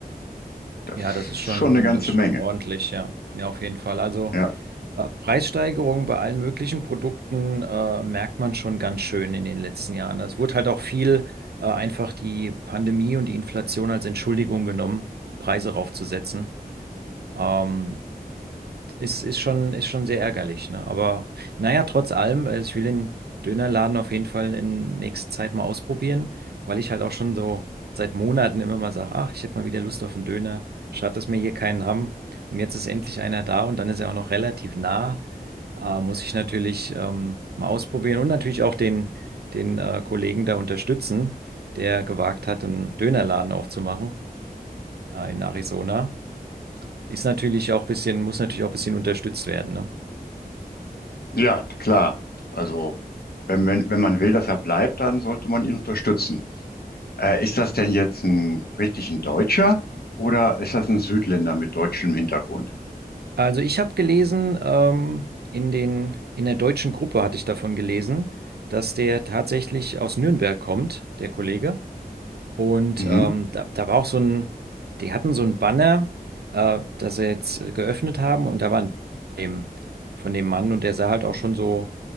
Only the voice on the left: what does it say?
Das
ist
schon eine ganze
Menge.
Ja,
ja, klar. Also wenn, wenn, wenn man will, dass er bleibt, dann sollte man ihn unterstützen. Äh, ist das denn jetzt ein richtig ein Deutscher oder ist das ein Südländer mit deutschem Hintergrund?
Mhm.